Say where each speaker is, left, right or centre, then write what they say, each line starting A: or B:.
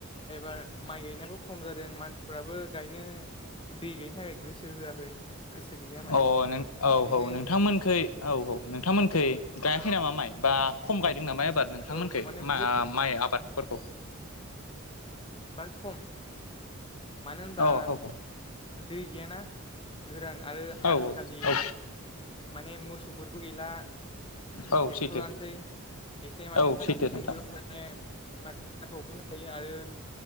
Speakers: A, on the left; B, on the left.
A: एबार माइ गायनायाबो खम जादों मानसिफ्राबो गायनो दै गायनो थाखाय गोसो होआखै गोसो गैया माने
B: अ नों औ
A: बिदिनो
B: औ नोंथांमोनखै औ औ नोंथांमोनखै गा याफै नामा माइ बा खम गाय दों नामा एबार माइ आबाद नोंथांमोनखै
A: औ माने बुहुद
B: मा माइ आबादफोरखौ
A: एबार खम मानो होनबा
B: औ औ औ
A: दै गैयाना गोरान आरो
B: औ
A: आजिखालि
B: औ
A: माने मोसौफोरबो गैला
B: औ
A: टेक्टरानोसै
B: सैथो
A: एसे माने
B: औ
A: थाखा
B: सैथो
A: फैसानिबो
B: नोंथां
A: माने मानसिफोरा प्रब्लेम थायो आरो <unintelligible>